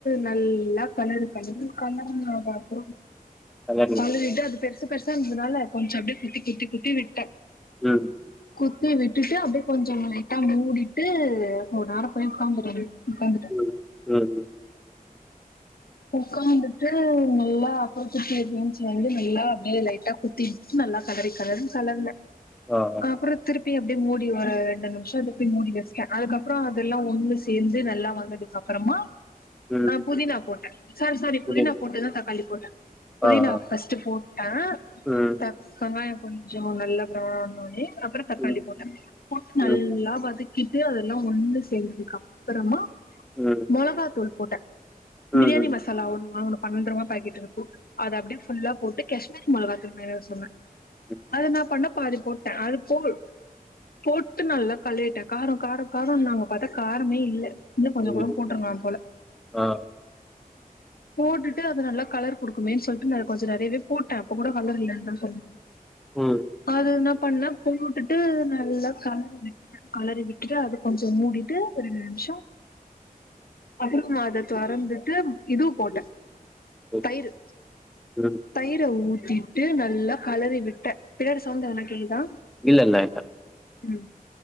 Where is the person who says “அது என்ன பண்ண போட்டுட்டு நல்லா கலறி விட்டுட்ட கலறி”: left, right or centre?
Left